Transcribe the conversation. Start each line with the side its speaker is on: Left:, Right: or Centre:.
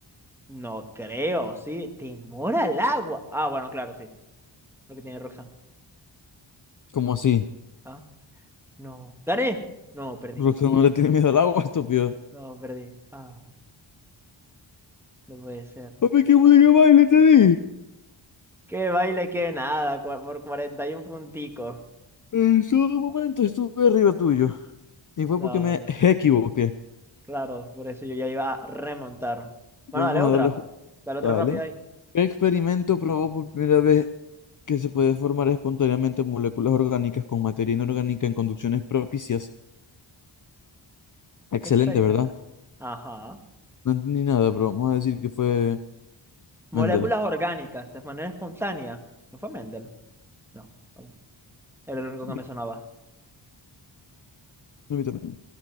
Centre: No creo, sí. Temor al agua. Ah, bueno, claro, sí. Lo que tiene Roxanne.
Left: ¿Cómo así?
Centre: Ah, no. ¿Gané? No, perdí.
Left: Roxanne no le tiene miedo al agua, <laughs> estúpido.
Centre: No, perdí. Ah, no puede ser.
Left: Papi, qué música de baile te di.
Centre: Qué baile, qué nada, cua- por 41 punticos.
Left: En su momento estuve arriba tuyo. Y fue
Centre: No,
Left: porque me
Centre: no,
Left: equivoqué.
Centre: claro, por eso yo ya iba a remontar.
Left: Vamos
Centre: Bueno, dale otra,
Left: a darle. ju-
Centre: dale otra
Left: Dale.
Centre: rápida ahí.
Left: ¿Qué experimento probó por primera vez que se puede formar espontáneamente moléculas orgánicas con materia inorgánica en conducciones propicias? Excelente,
Centre: Experimento.
Left: ¿verdad?
Centre: Ajá.
Left: No entendí nada, pero vamos a decir que fue
Centre: Moléculas
Left: Mendel.
Centre: orgánicas, de manera espontánea. ¿No fue Mendel? No, ok. Era el único que
Left: Mi-
Centre: me sonaba.
Left: a mí también.